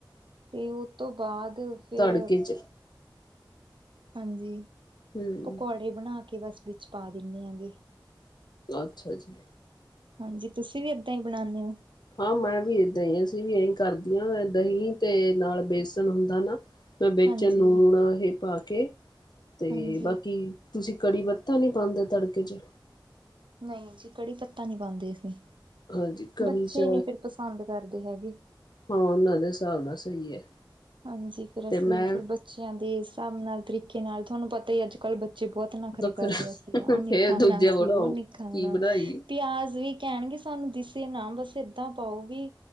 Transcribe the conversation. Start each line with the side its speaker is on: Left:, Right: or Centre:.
Right: ਤੇ ਉਸ ਤੋਂ ਬਾਅਦ। ਫਿਰ
Left: ਤੜਕੇ ਚ।
Right: ਹਾਂਜੀ,
Left: ਹੂੰ
Right: ਪਕੌੜੇ ਬਣਾ ਕੇ ਬਸ ਵਿੱਚ ਪਾ ਦਿੰਦੇ ਹੈਗੇ।
Left: ਅੱਛਾ ਜੀ।
Right: ਹਾਂਜੀ, ਤੁਸੀਂ ਵੀ ਇਦਾਂ ਹੀ ਬਣਾਉਂਦੇ ਹੋ?
Left: ਹਾਂ ਮੈਂ ਵੀ ਏਦਾਂ ਈ ਅਸੀਂ ਵੀ ਇਹੀ ਕਰਦੀਆ ਦਹੀਂ ਤੇ ਨਾਲ ਬੇਸਣ ਹੁੰਦਾ ਨਾ। ਵਿੱਚ
Right: ਹਾਂਜੀ
Left: ਲੂਣ ਇਹ ਪਾ ਕੇ ਅਤੇ
Right: ਹਾਂਜੀ
Left: ਬਾਕੀ। ਤੁਸੀਂ ਕੜੀ ਪੱਤਾ ਨਹੀਂ ਪਾਉਂਦੇ ਤੜਕੇ ਚ।
Right: ਨਹੀਂ ਜੀ ਕੜੀ ਪੱਤਾ ਨਹੀਂ ਪਾਉਦੇ ਅਸੀਂ
Left: ਹਾਂਜੀ ਕੜੀ
Right: ਬੱਚੇ
Left: ਚ
Right: ਨਹੀਂ ਫਿਰ ਪਸੰਦ ਕਰਦੇ ਹੈਗੇ।
Left: ਹਾਂ ਉਹਨਾਂ ਦੇ ਹਿਸਾਬ ਨਾਲ ਸਹੀ ਹੈ।
Right: ਹਾਂਜੀ ਫੇਰ
Left: ਤੇ
Right: ਅਸੀਂ
Left: ਮੈਂ
Right: ਫਿਰ ਬੱਚਿਆਂ ਦੇ ਹਿਸਾਬ ਨਾਲ ਤਰੀਕੇ ਨਾਲ ਤੁਹਾਨੂੰ ਪਤਾ ਹੀ ਅੱਜ ਕੱਲ੍ਹ ਬੱਚੇ ਬਹੁਤ ਬਹੁਤ ਨਖਰੇ
Left: ਵੱਖਰਾ
Right: ਕਰਦੇ ਅਸੀ ਆਹ ਨੀ
Left: ਫੇਰ
Right: ਖਾਣਾ
Left: ਦੂਜੇ
Right: ਸੀ
Left: ਬਣਾਓ
Right: ਉਹ ਨੀ ਖਾਣਾ।
Left: ਕੀ ਬਣਾਈਏ
Right: ਪਿਆਜ ਵੀ ਕਹਿਣਗੇ ਸਾਨੂੰ ਦਿਸੇ ਨਾ ਬਸ ਏਦਾਂ ਪਾਓ ਵੀ